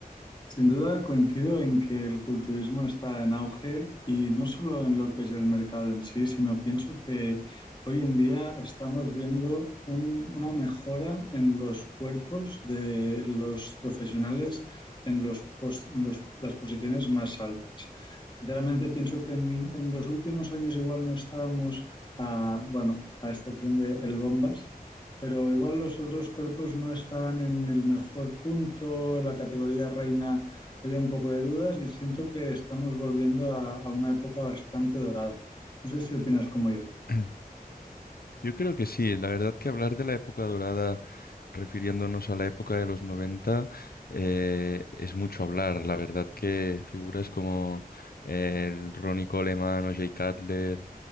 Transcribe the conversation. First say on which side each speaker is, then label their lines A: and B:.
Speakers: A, on the left; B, on the left.
A: Sin duda coincido en que el culturismo está en auge y no solo en lo que es el mercado en sí, sino pienso que hoy en día estamos viendo un- una mejora en los cuerpos de los profesionales en, los pos- en los- las posiciones más altas. Sinceramente pienso que en, en los últimos años igual no estábamos, a, bueno, a excepción de El Bombas, pero igual los otros cuerpos no estaban en el mejor punto, la categoría reina había un poco de dudas y siento que estamos volviendo a, a una época bastante dorada. No sé si opinas como yo.
B: <clears throat> Yo creo que sí, la verdad que hablar de la época dorada, refiriéndonos a la época de los 90, eh, es mucho hablar. La verdad que figuras como eh, el Ronnie Coleman o Jay Cutler